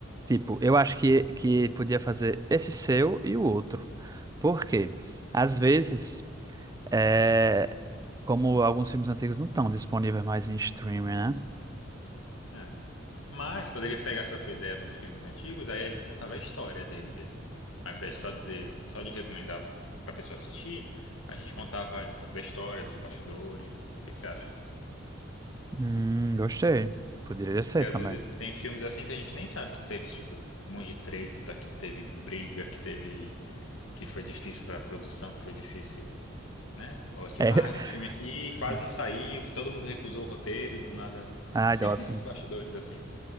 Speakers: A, on the right (about 20°); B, on the left (about 85°).
A: Tipo, eu acho que, que podia fazer esse seu e o outro. Por quê? Às vezes, é, como alguns filmes antigos não estão disponíveis mais em streaming, né?
B: É. Mas poderia pegar essa tua ideia dos filmes antigos, aí a gente contava a história dele mesmo. Ao invés de só dizer, só de recomendar pra pessoa assistir, a gente contava um pouco da história, dos bastidores. O que que você acha?
A: Hum, gostei. Poderia ser
B: Porque às
A: também.
B: vezes tem filmes assim que a gente nem sabe que teve, tipo, um monte de treta, que teve briga, que teve, que foi difícil pra produção, que foi difícil, né? Ou tipo,
A: É.
B: ah, esse filme aqui
A: <laughs>
B: quase não saiu, todo mundo recusou o roteiro, do nada.
A: Ah,
B: Sempre
A: ótimo.
B: tem esses bastidores assim.